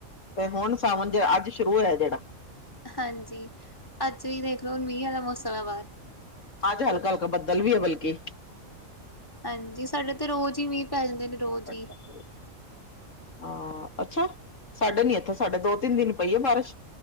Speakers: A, on the left (about 65°); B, on the left (about 15°).
A: ਤੇ ਹੁਣ ਸਾਵਣ ਜਿਹੜਾ ਅੱਜ ਸ਼ੁਰੂ ਹੋਇਆ ਜਿਹੜਾ।
B: ਹਾਂਜੀ ਅੱਜ ਵੀ ਦੇਖ ਲੋ ਹੁਣ ਮੀਂਹ ਵਾਲਾ ਮੌਸਮ ਹੈ ਬਾਹਰ।
A: ਅੱਜ ਹਲਕਾ ਹਲਕਾ ਬੱਦਲ ਵੀ ਹੈ ਬਲਕਿ।
B: ਹਾਂਜੀ ਸਾਡੇ ਤੇ ਰੋਜ਼ ਹੀ ਮੀਂਹ ਪੈਂਦੇ ਨੇ। ਰੋਜ਼
A: ਪ <unintelligible>
B: ਹੀ।
A: ਹਾਂ ਅੱਛਾ ਸਾਡੇ ਨੀ ਇੱਥੇ ਸਾਡੇ ਦੋ ਤਿੰਨ ਦਿਨ ਪਈ ਏ ਬਾਰਿਸ਼।